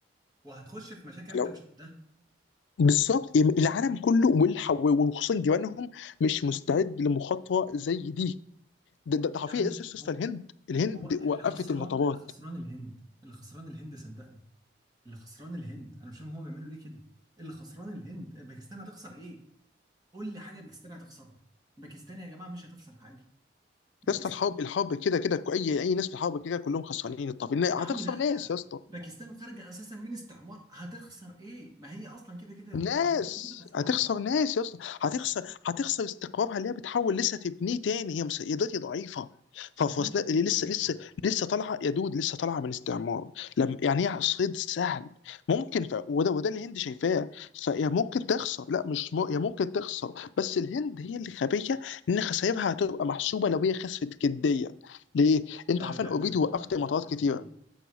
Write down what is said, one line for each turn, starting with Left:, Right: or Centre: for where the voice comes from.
Right: وهتخش في مشاكل انت
Left: لو
Right: مش قدها
Left: بالظبط العالم كله والح- وخصوصا جيرانهم مش مستعد لمخاطره زي دي ده ده ده حرفيا
Right: يا ابني
Left: يا اسطى يا اسطى
Right: هو
Left: الهند الهند
Right: هو اللي
Left: وقفت
Right: خسران
Left: المطارات
Right: اللي خسران الهند اللي خسران الهند صدقني اللي خسران الهند انا مش فاهم هما بيعملوا ليه كده اللي خسران الهند باكستان هتخسر ايه قول لي حاجه باكستان هتخسرها باكستان يا جماعه مش هتخسر حاجه باكستان
Left: يا اسطى الحرب الحرب كده كده اي اي ناس في الحرب كده كلهم خسرانين الطرفين هتخسر
Right: يا عم لا
Left: ناس يا اسطى
Right: باكستان خارجه اساسا من استعمار هتخسر ايه ما هي اصلا كده كده
Left: ناس
Right: يعني هي كده كده خسرانه
Left: هتخسر ناس يا اسطى هتخسر هتخسر استقرارها اللي هي بتحاول لسه تبنيه تاني هي مس- هي دلوقتي ضعيفه ففي
Right: ما هي
Left: أثناء-
Right: هي
Left: اللي
Right: ضعيفه
Left: لسه لسه لسه طالعه يا دود لسه طالعه من استعمار لما يعني هي صيد سهل ممكن ف... وده وده اللي الهند شايفاه فهي ممكن تخسر لا مش م... هي ممكن تخسر بس الهند هي اللي خبيه ان خسائرها هتبقى محسوبه لو هي خسفت جديا ليه؟ انت
Right: ده
Left: حرفيا
Right: ده
Left: اوريدي
Right: ده هتخسر
Left: وقفت مطارات
Right: هتخسر كتير
Left: كتير